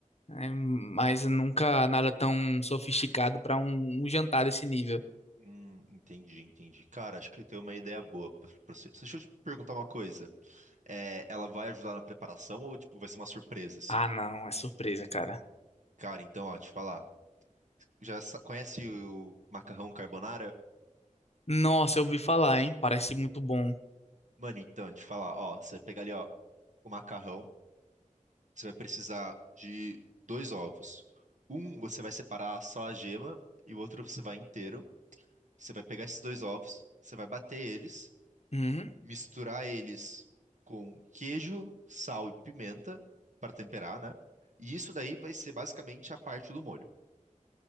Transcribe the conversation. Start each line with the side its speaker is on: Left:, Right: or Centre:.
Left: né? Mas nunca nada tão sofisticado para um, um jantar desse nível.
Right: Hum, entendi, entendi. Cara, acho que eu tenho uma ideia boa pra pra você. Deixa eu te perguntar uma coisa. É, ela vai ajudar na preparação ou tipo, vai ser uma surpresa, assim?
Left: Ah, não, é surpresa, cara.
Right: Cara, então, ó, te falar. Já sa- conhece o macarrão carbonara?
Left: Nossa, eu ouvi falar, hein? Parece muito bom.
Right: Mano, então, te falar, ó, você pega ali, ó, o macarrão. Você vai precisar de dois ovos. Um você vai separar só a gema e o outro você vai inteiro. Você vai pegar esses dois ovos, você vai bater eles,
Left: Uhum.
Right: misturar eles com queijo, sal e pimenta para temperar, né? E isso daí vai ser basicamente a parte do molho.